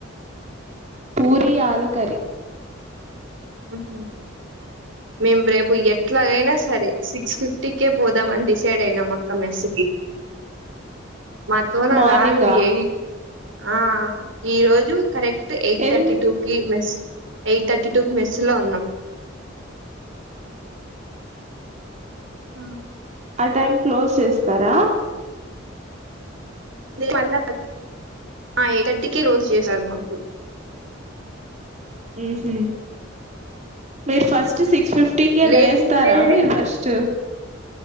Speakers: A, on the right (about 35°); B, on the right (about 65°).
A: పూరీ ఆలూ కర్రీ
B: ఉహు మేం రేపు ఎట్లాగైనా సరే సిక్స్ ఫిఫ్ టికే పోదామని డిసైడ్ అయినామక్కా మెస్కి <unintelligible> అనగాదు
A: మార్నింగా
B: ఏయి ఆ ఈ రోజు కరెక్ట్ ఎయిట్
A: ఎన్
B: థర్టీ టూ కి మెస్ ఎయిట్ థర్టీ టూ మెస్సులో ఉన్నాం ఆ
A: ఆ టైమ్ క్లోజ్ చేస్ తరా
B: మళ్ళ ఎయిట్ థర్టీకి రోజ్ చేసారు మాకు
A: ఊహూ మీరు ఫస్ట్ సిక్స్ ఫిఫ్టీకే
B: లేచిందే
A: లేస్తారా మీరు ఫస్టు